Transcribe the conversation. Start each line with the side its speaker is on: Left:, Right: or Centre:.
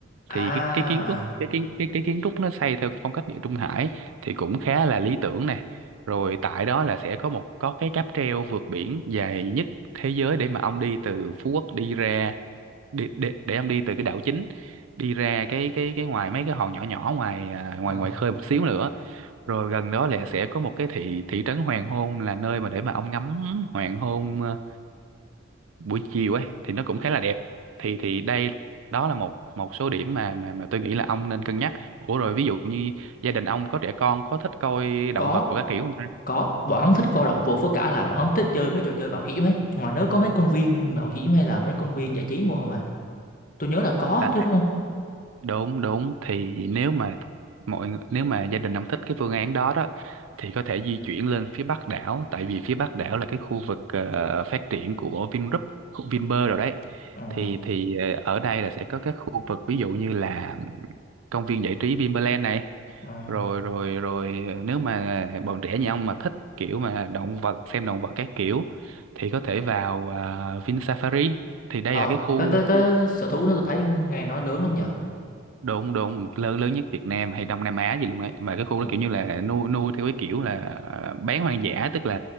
Left: à
Right: thì cái cái kiến trúc
Left: à
Right: cái kiến cái cái kiến trúc nó xây theo cái phong cách Địa Trung Hải thì cũng khá là lý tưởng nè rồi tại đó là sẽ có một có cái cáp treo vượt biển dài nhất thế giới để mà ông đi từ Phú Quốc đi ra đi, để để ông đi từ cái đảo chính đi ra cái cái cái ngoài mấy cái hòn nhỏ nhỏ ngoài à, ngoài
Left: ờ.
Right: ngoài khơi một xíu nữa rồi gần đó là sẽ có một cái thị thị trấn hoàng hôn là nơi mà để mà ông ngắm hoàng hôn ờ, buổi chiều ấy thì nó cũng khá là đẹp thì thì đây đó là một một số điểm mà mà mà tôi nghĩ là ông nên cân nhắc ủa rồi ví dụ như gia đình ông có trẻ con có thích coi
Left: có
Right: động vật hoặc các kiểu không
Left: có bọn hắn thích coi động vật với cả là bọn hắn thích chơi mấy trò chơi mạo hiểm ấy ngoài nước có mấy công viên mạo hiểm hay là mấy công viên giải trí mua không à tôi nhớ là có
Right: ta
Left: chứ đúng không
Right: đúng đúng thì nếu mà mọi người, nếu mà gia đình ông thích cái phương án đó đó thì có thể di chuyển lên phía Bắc đảo tại vì phía Bắc đảo là cái khu vực ờ, phát triển của Vingroup khu Vinpearl rồi đấy
Left: ờ
Right: thì thì ờ, ở đây là sẽ có các khu vực ví dụ như là công viên giải trí Vinpearl này
Left: ờ
Right: rồi rồi rồi ờ, nếu mà bọn trẻ nhà ông mà thích kiểu mà động vật xem động vật các kiểu thì có thể vào à, Vin Safari thì đây
Left: ờ
Right: là cái khu
Left: cái cái cái sở thú nó tôi thấy nghe nói lớn lắm nhở
Right: đúng đúng lớn lớn nhất Việt Nam hay Đông Nam Á gì luôn đấy mà cái khu
Left: ừ
Right: đó kiểu như là nuôi nuôi theo cái kiểu là ờ, bán hoang dã tức là,